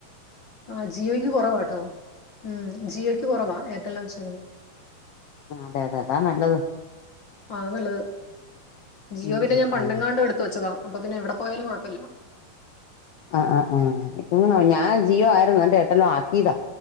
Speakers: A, on the left; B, on the left.
A: ആ ജിയോയ്ക്ക് കുറവാട്ടോ ഉം ജിയോയ്ക്ക് കുറവാ എയർടെൽ വെച്ച
B: ആ അതെ അതെ അതാ നല്ലത്
A: അതാ നല്ലത്
B: ഉം
A: ജിയോ പിന്നെ
B: ഉം
A: ഞാൻ പണ്ടങ്കാണ്ടോ
B: ഉം
A: എടുത്ത വെച്ചതാണ് അപ്പൊ പിന്നെ എവിടെ പോയാലും കുഴപ്പമില്ല
B: ആ് ആ ആണോ ഞാൻ ജിയോ ആയിരുന്നു എന്റെ എയർടെൽ ആക്കീതാ